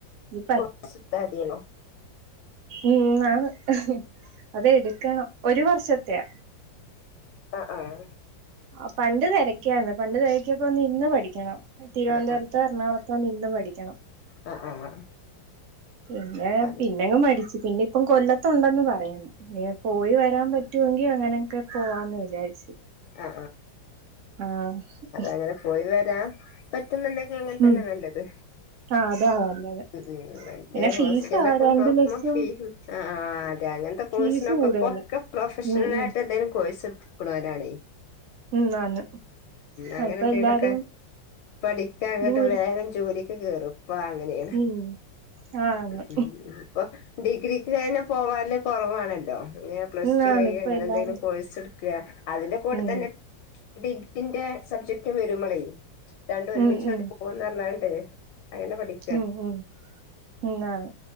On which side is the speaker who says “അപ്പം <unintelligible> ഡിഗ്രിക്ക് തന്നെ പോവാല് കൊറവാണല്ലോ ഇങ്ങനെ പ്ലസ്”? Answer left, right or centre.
Left